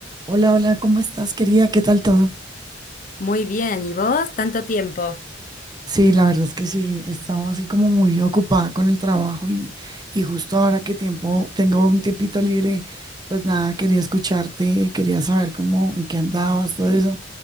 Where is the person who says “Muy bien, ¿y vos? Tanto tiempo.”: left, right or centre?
Left